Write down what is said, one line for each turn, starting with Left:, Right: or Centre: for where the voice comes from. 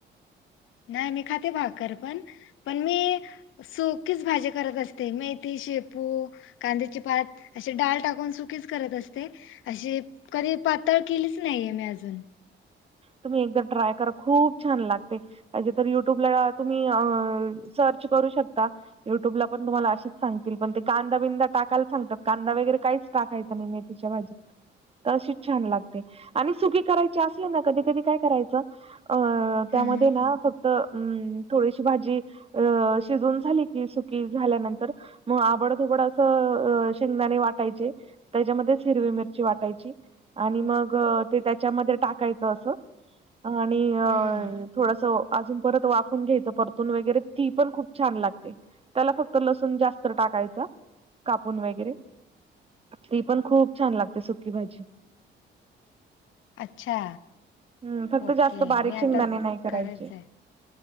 Left: नाही मी खाती भाकर पण पण मी. सोखीच भाजी करत असते मेथी शेपू. कांद्याचे पात असे डाळ टाकून सुकीच करत असते. अशी कधी पातळ केलीच नाहीये मी अजून.
Right: तुम्ही एकदा ट्राय करा खूप छान लागते पाहिजे तर यु यंटूब तुम्ही सर्च करू शकता. युट्यूबला पण तुम्हाला अच सांगतील पण ते कांदा बिंदा टाकायला सांगतात कांदा वगैरे काहीच टाकाय म मेथीच्या भाजी अशीच छान लागते आणि सुकी करायची अस कधी कधी काय करायचं अं त्यामध्ये
Left: हम्म
Right: ना फक्त अ थोडीशी भाजी. अ शिजून झाली कि सुकी झाल्यानंतर. मग आबड धोबडं असं शेंगदाणे वाटायचे. त्याच्यामध्ये हिरवी मिरची वाटायची आणि मग ते त्याच्यामध्ये टाकाय. आणि अ
Left: हम्म
Right: थोडस अजून परत वाफून घ्यायचं परतून वगैरे ती पण खूप छान लागते. त्याला फक्त लसूण जास्त टाकायचा कापून वगैरे. ती पण खूप छान लागते सुकी भाजी
Left: अच्छा.
Right: हम् फक्त
Left: ओके
Right: जास्त बारीक
Left: मी आता
Right: शिंगदाणे नाही करायचे.
Left: करायचं आहे